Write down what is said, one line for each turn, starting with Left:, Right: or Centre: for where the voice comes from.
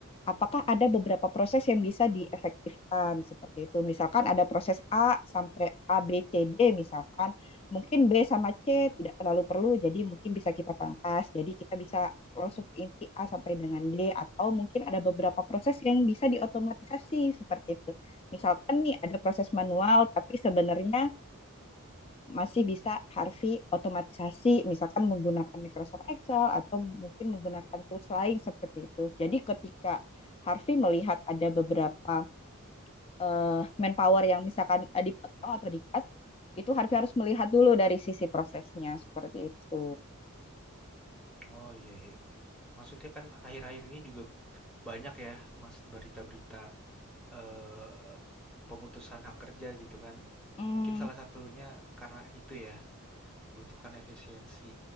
Left: apakah ada beberapa proses yang bisa diefektifkan seperti itu. Misalkan ada proses A sampai A, B, C, D misalkan. Mungkin B sama C tidak terlalu perlu, jadi mungkin bisa kita pangkas. Jadi kita bisa langsung ke inti A sampai dengan D, atau mungkin ada beberapa proses yang bisa diotomatisasi seperti itu. Misalkan nih ada proses manual, tapi sebenarnya masih bisa Harvey otomatisasi, misalkan menggunakan Microsoft Excel atau mungkin menggunakan tools lain seperti itu. Jadi ketika Harvey melihat ada beberapa eh, manpower yang misalkan eh, dipotong atau di-cut, itu Harvey harus melihat dulu dari sisi prosesnya seperti itu.
Centre: Oh iya, iya. Maksudnya kan akhir-akhir ini juga banyak ya, Mas, berita-berita eh, pemutusan hak kerja gitu kan.
Left: Hmm,
Centre: Mungkin salah satunya karena itu ya, butuhkan efisiensi.